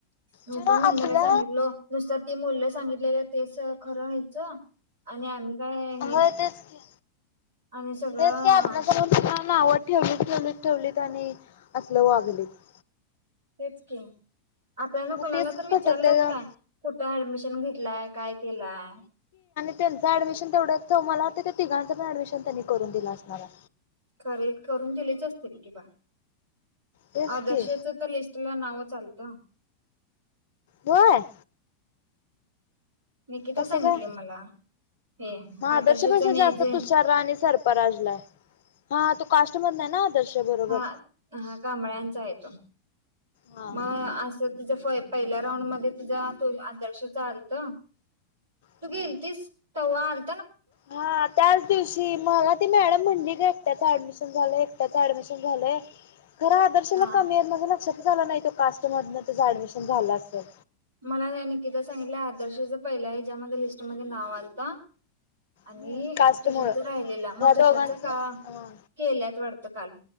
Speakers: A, on the right (about 65°); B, on the left (about 55°).
A: मी
B: खरं
A: पण मम्मीला
B: आपल्या
A: सांगितलो नुसत ती मूल सांगितलेलं तेस खरं व्हायचं आणि आम्ही काय हे
B: हो तेच की
A: आणि सगळं
B: तेच की आपल्या सगळ्यांना नाव ठेवलीत, ठेवलीत, ठेवलीत आणि आसल वागलीत.
A: तेच की आपल्याना
B: मग
A: कुणाला
B: तेच
A: तर विचारलंत
B: खटकतंय गं
A: काय कुठं ऍडमिशन घेतलाय काय केलाय?
B: तेचं ऍडमिशन तेवढंच मला ते त्या तिघांच पण ऍडमिशन त्यांनी करून दिलं असणार हाय
A: खरं हे करून दिलीच असतील किं बा
B: तेच
A: आदर्शचं
B: की
A: तर लिस्टला नावच चालतये
B: होय?
A: निकिता
B: कस
A: सांगितले
B: काय
A: मला हे
B: हा आदर्श
A: आदर्शचं
B: पेक्षा
A: ने
B: जास्त
A: जे
B: तुषारा आणि सर्पराजला हाय हा तू कास्ट मधन हाय आदर्श ना बरोबर
A: हा हा कांबळ्यांचा आहेे तो
B: हा
A: मग असं तिच फय पहिल्या राऊंडमध्ये तिझा तो आदर्श चालत तू
B: हम्म.
A: गेलतीस तवा आन.
B: हा त्याच दिवशी मला ती मॅडम म्हणली का एकट्याच ॲडमिशन झालं एकट्याच ॲडमिशन झालय. खर आदर्शला
A: हा
B: कमी आहेत माझ्या लक्षात च आलं नाही तो कास्ट मधन त्याच ॲडमिशन झाल असेल.
A: मला निकिता न सांगितल आदर्शच पहिला ह्याच्यामधे लिस्टमध्ये नाव आलता आणि
B: हम्म कास्ट
A: तुषारच
B: मुळ
A: राहिलेला
B: ह्या
A: मग
B: दोघांचं
A: तुषारच का
B: हा.
A: केल्यात वाटतं. तर काल